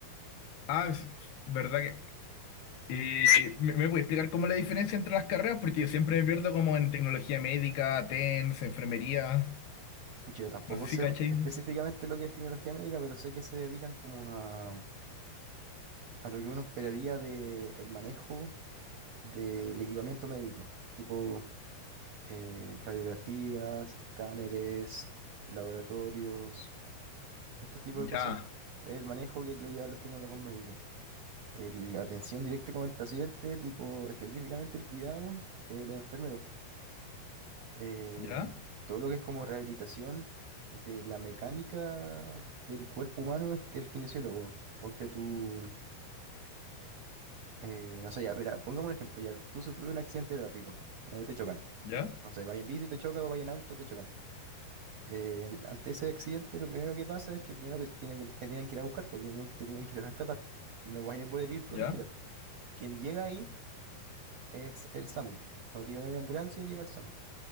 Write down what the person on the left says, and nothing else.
Ah, es verdad Y me, me puede explicar cómo la diferencia entre las carreras, porque yo siempre me pierdo como en tecnología médica, TENS, enfermería,
no sé si
cachai.
Ya,
ya,
ya,
ya,